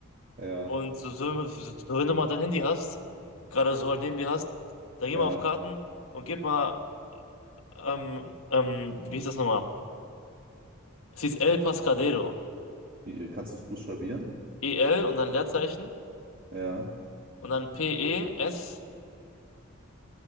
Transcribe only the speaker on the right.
Ja,
ja.
Wie, Kannst du es buchstabieren?
Ja.